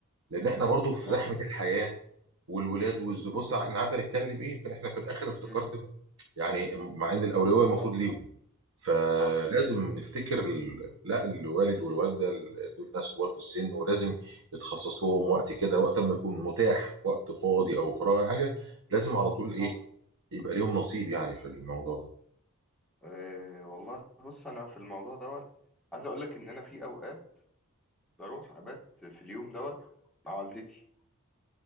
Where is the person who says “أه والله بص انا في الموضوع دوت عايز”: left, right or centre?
Centre